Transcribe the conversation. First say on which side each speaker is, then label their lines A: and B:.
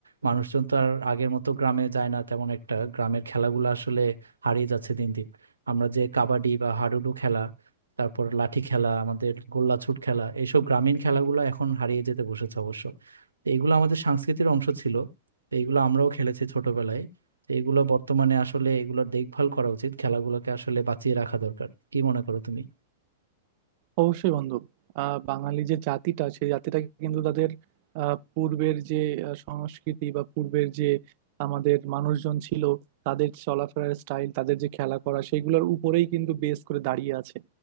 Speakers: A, on the right; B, on the right.
A: মানুষজন তো আর আগের মতো গ্রামে যায় না তেমন একটা গ্রামের খেলাগুলো আসলে হারিয়ে যাচ্ছে দিন দিন আমরা যে কাবাডি বা হাডুডু খেলা তারপর লাঠি খেলা আমাদের গোল্লাছুট খেলা এইসব গ্রামীণ খেলাগুলো এখন হারিয়ে যেতে বসেছে অবশ্য তো এগুলো আমাদের সংস্কৃতির অংশ ছিল তো এগুলো আমরাও খেলেছি ছোটবেলায় তো এগুলো বর্তমানে আসলে এগুলোর দেখভাল করা উচিত খেলাগুলোকে আসলে বাঁচিয়ে রাখা দরকার কি মনে করো তুমি
B: অবশ্যই বন্ধু আহ বাঙালি যে জাতিটা সেই জাতিটা কিন্তু তাদের আহ, পূর্বের যে আহ, সংস্কৃতি বা পূর্বের যে আমাদের মানুষজন ছিল তাদের চলাফেরার স্টাইল তাদের যে খেলা করা সেইগুলোর উপরেই কিন্তু বেস করে দাঁড়িয়ে আছে